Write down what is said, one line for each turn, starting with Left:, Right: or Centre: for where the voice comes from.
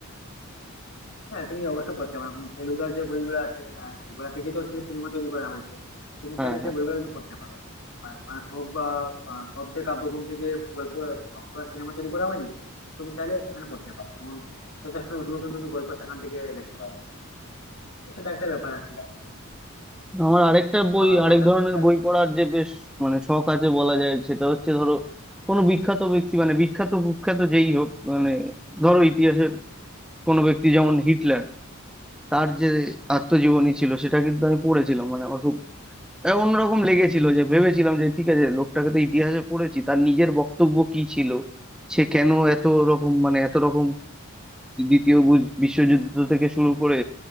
Left: হ্যাঁ তুমি অবশ্যই পড়তে পারো কারণ ফেলুদার যে বইগুলো আছে আহ, ওগুলা থেকেই তো অ্যাকচুয়ালি সিনেমা তৈরি করা হয়েছে তুমি
Centre: হ্যাঁ
Left: চাইলে সেই
Centre: হ্যাঁ
Left: বইগুলো কিন্তু পড়তে পারো আর আর সব আহ, আহ, সব যে কাব্যগ্রন্থে যে গল্পগুলো রয়েছে সব তো আর সিনেমা তৈরি করা হয়নি তুমি চাইলে সেখানে পড়তে পারো এবং যথেষ্ট নতুন নতুন তুমি গল্প সেখান থেকে দেখতে পাবে তো সেটা একটা ব্যাপার আছে
Centre: আমার আরেকটা বই
Left: আর তাছাড়া
Centre: আরেক ধরনের
Left: তুমি আর
Centre: বই পড়ার যে বেশ মানে শখ আছে বলা যায় সেটা হচ্ছে ধরো কোনো বিখ্যাত ব্যক্তি মানে বিখ্যাত কুখ্যাত যেই হোক মানে ধরো ইতিহাসের কোনো ব্যক্তি যেমন হিটলার তার যে আত্মজীবনী ছিল সেটা কিন্তু আমি পড়েছিলাম মানে আমার খুব আহ, অন্যরকম লেগেছিল যে ভেবেছিলাম যে ঠিক আছে লোকটাকে তো ইতিহাসে পড়েছি তার নিজের বক্তব্য কি ছিল সে কেন এত রকম মানে এত রকম দ্বিতীয় বু- বিশ্বযুদ্ধ থেকে শুরু করে